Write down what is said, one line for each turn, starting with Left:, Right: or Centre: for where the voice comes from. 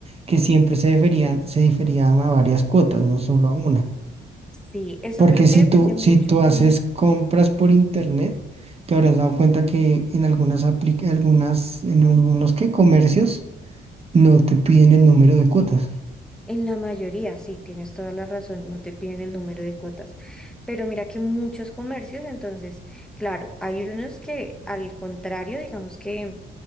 Right: que siempre se deferían, se diferían a varias cuotas, no solo a una.
Centre: Sí, eso
Right: Porque
Centre: creo
Right: si
Centre: que depende
Right: tú,
Centre: mucho
Right: si tú haces
Centre: como
Right: compras por internet, te habrás dado cuenta que en algunas apli- algunas, en algunos que comercios no te piden el número de cuotas.
Centre: en la mayoría, sí, tienes toda la razón, no te piden el número de cuotas, pero mira que muchos comercios, entonces, claro, hay unos que al contrario, digamos que